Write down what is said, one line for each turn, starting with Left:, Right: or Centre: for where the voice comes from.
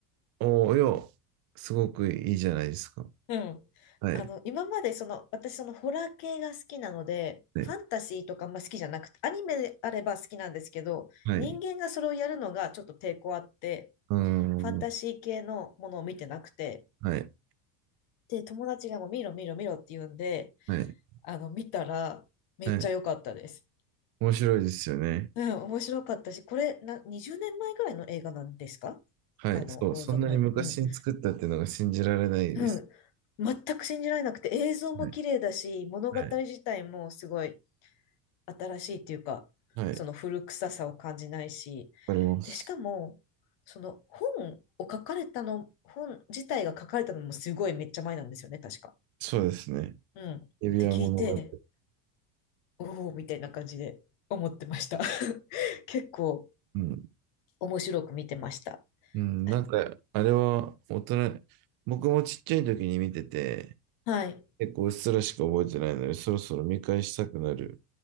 Right: おーよ、すごくいいじゃないですか。
Left: うん。
Right: はい。
Left: あの、今までその、私そのホラー系が好きなので、
Right: はい。
Left: ファンタジーとかあんま好きじゃなくて、アニメであれば好きなんですけど、
Right: はい。
Left: 人間がそれをやるのがちょっと抵抗あって、
Right: うー
Left: ファンタジー系のものを見てなくて、
Right: ん。はい。
Left: で、友達がもう見ろ見ろ見ろって言うんで、
Right: はい。
Left: あの、見たらめっちゃ良かったです。
Right: はい。面白いですよね。
Left: うん、面白かったし、これな、20年前ぐらいの映画なんですかあの、
Right: はい。そう。
Left: ローズ・
Right: そんなに昔に作ったっていうのが信じられないです。
Left: オブ・ライブ。うん。うん。全く信じられなくて、映像も綺麗だし、
Right: はい。
Left: 物語自体もすごい
Right: はい。
Left: 新しいっていうか、
Right: はい。
Left: その古臭さを感じないし、
Right: わかります。
Left: で、しかも、その本を書かれたの、本自体が書かれたのもすごいめっちゃ前なんですよね、確か。
Right: そうですね。
Left: うん。って聞いて、
Right: 指輪物語。
Left: おお、みたいな感じで思ってました。<laughs> 結構
Right: うん。
Left: 面白く見てました。
Right: うん。
Left: あ
Right: なんか、あれは大人、僕もちっちゃい時に見てて、
Left: はい。
Right: 結構うっすらしか覚えてないので、そろそろ見返したくなる